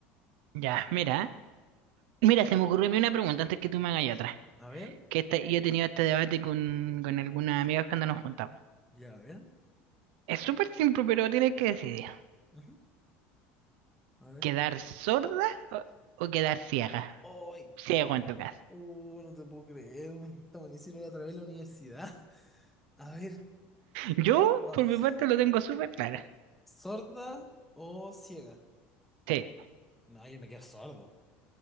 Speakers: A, on the right; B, in the centre.
A: ya, mira, mira, se me ocurrió a mí una pregunta antes que tú me hagas otra.
B: A ver.
A: Que esta- yo he tenido este debate con, con algunas amigas cuando nos juntamos.
B: Ya, a ver.
A: Es súper simple, pero tienes que decidir.
B: Ajá, a ver.
A: ¿Quedar sorda o, o quedar ciega?
B: ¡Ay!
A: Ciego en tu caso.
B: Uh, no te puedo creer. Esta me la hicieron la otra vez en la universidad. <laughs> A ver,
A: Yo,
B: ah,
A: por mi parte, lo tengo súper claro.
B: ¿sorda o ciega?
A: Sí,
B: No, yo me quedo sordo.